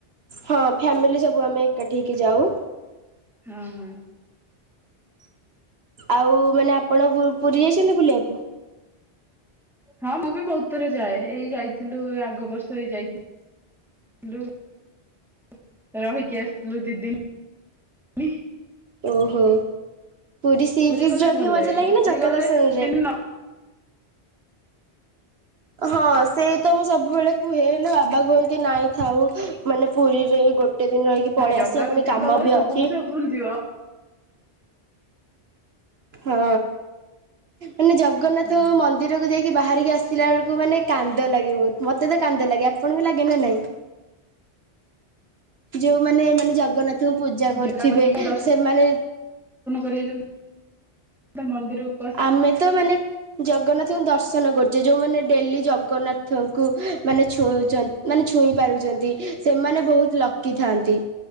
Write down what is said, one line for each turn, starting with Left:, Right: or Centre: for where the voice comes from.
Right: ହଁ ଫ୍ୟାମିଲି ସବୁ ସବୁ ଆମେ ଏକାଠି ହେଇକି ଯାଉ
Centre: ହଁ ହଁ।
Right: ଆଉ ମାନେ ଆପଣ ପୁ ପୁରୀ ଯାଇଚନ୍ତି ବୁଲିବାକୁ?
Centre: ହଁ ମୁଁ ବି ବହୁତ ଥର ଯାଏ ଏଇ ଯାଇଥିଲୁ ଏ ଆଗ ବର୍ଷ ଏଇ ଯାଇଥିଲ ଥିଲୁ ରହିକି ଆସିଥିଲୁ ଦି ଦିନ, ନି
Right: ଓ ହୋ। ପୁରୀ ସିବିଚ
Centre: ଗଲେ
Right: ଯଦି
Centre: ଭଲ ଲାଗେ
Right: ମଜା ଲାଗେନା
Centre: ପୁରୀ
Right: ଜଗା
Centre: ଗଲେ
Right: ଦର୍ଷନରେ?
Centre: ତିନି
Right: ହଁ ସେଇ ତ ମୁଁ ସବୁବେଳେ କୁହେ ହେଲେ ବାବା କୁହନ୍ତି ନାଇଁ ଥାଉ ମାନେ ପୁରୀରେ ଗୋଟେ ଟେ ଦିନ ରହିକି ପଳେଇ
Centre: ଜଗା
Right: ଆସିବା
Centre: କତିକି
Right: ପୁଣି କାମ
Centre: ତ ଗଲେ
Right: ବି
Centre: ସବୁ
Right: ଅଛି
Centre: ମଣିଷ ଭୁଲିଯିବ
Right: ହଁ ମାନେ ଜଗନ୍ନାଥ
Centre: ହଁ
Right: ମନ୍ଦିରକୁ ଯାଇକି ବାହାରିକି ଆସିଲା ବେଳକୁ ମାନେ କାନ୍ଦ ଲାଗେ ବହୁତ। ମତେ ତ କାନ୍ଦ ଲାଗେ ଆପଣଙ୍କୁ ଲାଗେ ନା ନାଇଁ? ଯୋଉମାନେ ମାନେ ଜଗନ୍ନାଥ କୁ ପୂଜା କରୁଥିବେ
Centre: ଜଗା କତିକ ଦର୍ଶନ
Right: ସେମାନେ
Centre: କରିବାକୁ ଯିବୁ ମନ୍ଦିରକୁ ପଶିବୁ
Right: ଆମେ ତ ମାନେ ଜଗନ୍ନାଥଙ୍କୁ ଦର ଶନ କରୁଛେ। ଯେଉଁମାନେ ଡେଲି ଜଗନ୍ନାଥଙ୍କୁ ମାନେ ଛୁଇଁଚ ମାନେ ଛୁଇଁ ପାରୁଛନ୍ତି ସେମାନେ ବହୁତ ଲକିଥାନ୍ତି।